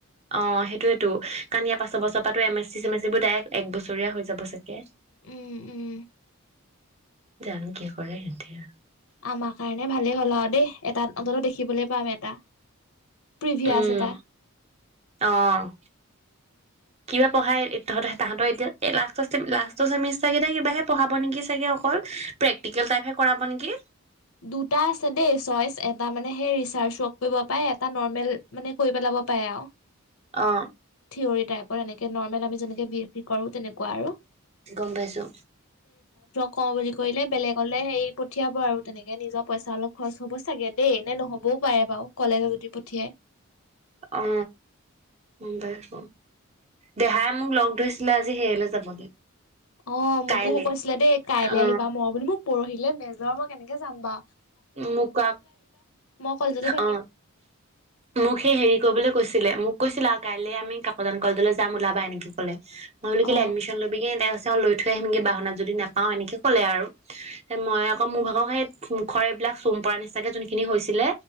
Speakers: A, on the right; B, on the left.
A: অ সেইটোৱেতো, কাৰণ ইয়াৰ পাছৰ বছত তাপাটো এম এছ চি চেম এছ চিবোৰ ডাইএক্ট এক বছৰীয়া হৈ যাব চাগে
B: উম উম
A: জানো কি কৰে সেতে
B: আমাৰ কাৰণে ভালেই হ'ল আও দেই এটাত অন্ততঃ দেখিবলৈ পাম এটা প্ৰিভিয়াছ
A: উম
B: এটা।
A: অ কিবা পঢ়াই তহঁ তাহতৰ এতিয়া এই লাষ্টৰ লাষ্টৰ চেমিষ্টাৰ কেইটা কিবাাহে পঢ়াব নেকি আমি অকল টিকেল টাইপে কৰাব নেকি।
B: দুটা আছে দেই চইচ এতা মানে সেই ৰিচাৰ্জ বাৰ্ক কৰিব পাই এতা নৰমেল মানে কৰি পেলাব পাৰে আৰু।
A: অ।
B: থিয়ৰী টাইপৰ এনেকে নৰ্মেল আমি যেনেকে বি এি কৰো তেনেকুৱা আৰু।
A: গম পাইছো।
B: ক বুলি কৰিলে বেলেগলে হেৰি পঠিয়াব আৰু। তেনেকে নিজৰ পইচা অলপ খৰচ হ'ব চাগে দেই নে নহ'বও পাৰে বাৰু কলেজত যদি পঠিয়াই।
A: অ মুম্বাই হ দেহাই মোক লগ ধৰিছিলে আজি সেয়ৈ যাবলৈ।
B: অ মোকো
A: কাইলে
B: শু কৈছিলে দেই কাইলৈ
A: অ
B: আহিবা মৰ বুলি মোক পৰহিলে বেজৰৰ কেনেকে যাম বা।
A: মোকোকাক
B: মই কলেজতে থাকিম
A: অ মোক সেই হেৰি কৰিবলৈ কৈছিলে মোক কৈছিলা কাইলে আমি কাকজান কলেজলৈ যাম ওলাবা এনেকে ক'লে। মই বুলি কলে
B: অ
A: এডমিশন লবিগে তেওঁ লৈ থৈ আহিমকে বাহনাত যদি নোপাওঁ এনেকে ক'লে আৰু মই আকৌ মোৰ ভাগক সেই খৰ এইবিলাক চোম পৰা নিচিনাকে যোনখিনি হৈছিলে